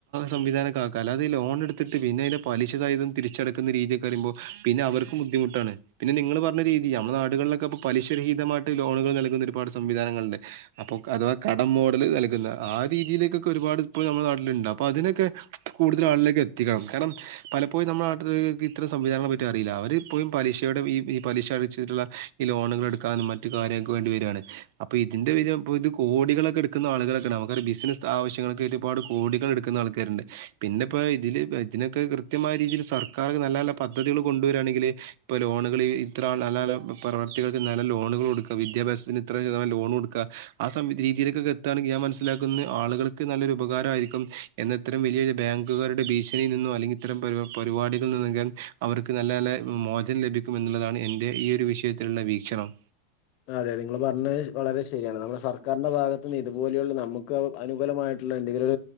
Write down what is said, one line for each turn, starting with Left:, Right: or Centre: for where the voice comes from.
Right: സംവിധാനക്കെ ആക്കുക. അല്ലാതെ ഈ ലോൺ എടുത്തിട്ട് പിന്നേം പലിശസഹിതം തിരിച്ചടക്കുന്ന രീതിയൊക്കെ വരുമ്പോ പിന്നെ അവർക്കും ബുദ്ധിമുട്ടാണ്. പിന്നെ നിങ്ങള് പറഞ്ഞ രീതി, നമ്മുടെ നാട്കളിലൊക്കെ ഇപ്പൊ പലിശരഹിതമായിട്ട് ലോണുകൾ നൽകുന്ന ഒരുപാട് സംവിധാനങ്ങളുണ്ട്. അഥവാ കടം മോഡൽ നൽകുന്ന.. ആ രീതിയിലേക്കൊക്കെ ഒരുപാട് ഇപ്പോൾ നമ്മുടെ നാട്ടിലുണ്ട്. അപ്പൊ അതിനൊക്കെ കൂടുതൽ ആളിലേക്ക് എത്തിക്കണം. കാരണം... പലപ്പോഴും നമ്മുടെ നാട്ടിലോല്ക്കിത്തരം സംവിധാനങ്ങളെപ്പറ്റി അറിയില്ല. അവര് ഇപ്പോഴും പലീശ് ഈ.. ഈ.. പലിശ അടിച്ചിട്ടുള്ള ഈ ലോണുകൾ എടുക്കാനും മറ്റു കാര്യങ്ങൾക്ക് വേണ്ടി വരയാണ്. അപ്പൊ ഇതിന്റെയൊര് ഇപ്പൊ ഇത് കോടികളൊക്കെ എടുക്കുന്ന ആളുകളൊക്കെണ്ട്. നമുക്കൊരു ബിസിനസ് ആവശ്യങ്ങൾക്ക് ഒരുപാട് കോടികൾ എടുക്കുന്ന ആൾക്കാരുണ്ട്. പിന്നെ ഇപ്പോ ഇതില്.. ഇതിനൊക്കെ കൃത്യമായ രീതിയിൽ സർക്കാര് നല്ല നല്ല പദ്ധതികൾ കൊണ്ടുവരിയാണെങ്കില് ഇപ്പൊ ലോണുകൾ ഇത്ര നല്ല നല്ല പ്രവർത്തികൾക്ക് നല്ല ലോണുകൾ കൊടുക്കുക... വിദ്യാഭ്യാസത്തിന് ഇത്ര വീതം ലോണ് കൊടുക്കുക ആ രീതിയിലേക്കൊക്കെ എത്തുകയാണെങ്കി ഞാൻ മനസിലാക്കുന്നത് ആളുകൾക്ക് നല്ലൊരു ഉപകാരമായിയിരിക്കും എന്നാ ഇത്രേം വലിയ ബാങ്കുകാരുടെ ഭീഷണിയിൽ നിന്നോ അല്ലെങ്കിൽ ഇത്തരം പരിപാടികളിൽ നിന്നയിഞ്ഞാൽ അവർക്ക് നല്ല നല്ല മോ ലഭിക്കുമെന്നുള്ളതാണ് എന്റെ ഈയൊരു വിഷയത്തിലുള്ള വീക്ഷണം.
Left: അതെ.. നിങ്ങൾ പറഞ്ഞത് വളരെ ശരിയാണ്. നമ്മുടെ സർക്കാരിന്റെ ഭാഗത്തുന്ന് ഇതുപോലെയുള്ള നമുക്ക് അനുകൂലമായ ട്ടുള്ള എന്തെങ്കിലും